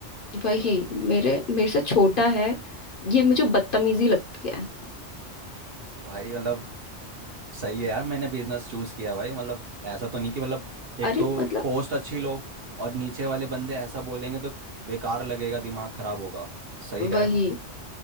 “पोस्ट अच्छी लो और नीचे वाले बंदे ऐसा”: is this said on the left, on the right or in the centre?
Right